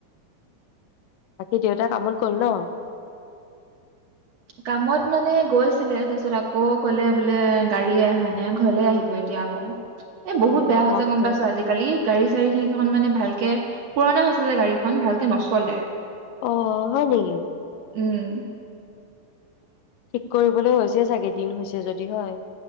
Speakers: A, on the left (about 85°); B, on the right (about 60°).
A: বাকী দেউতা কামত গ'ল ন'?
B: কামত মানে গৈছিলে তাৰপিছত আকৌ ক'লে বোলে গাড়ীয়ে আহা নাই ঘৰলে আহিব এতিয়া আকৌ। এ
A: অ
B: বহুত বেয়া
A: হওক
B: হৈছে, গম
A: দে
B: পাইছ' আজিকালি গাড়ী গাড়ী খিনিখন মানে ভালকে, পুৰণা হৈছে যে গাড়ীখন ভালকে নচলে।
A: অ' হয় নেকি?
B: উম।
A: ঠিক কৰিবলৈ হৈছে চাগে দিন হৈছে যদি হয়।